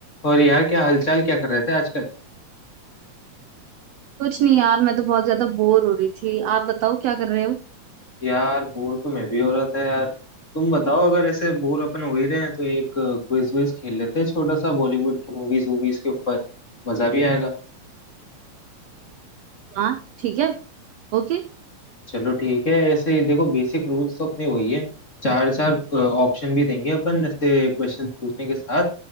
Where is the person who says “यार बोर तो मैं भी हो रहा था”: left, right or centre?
Left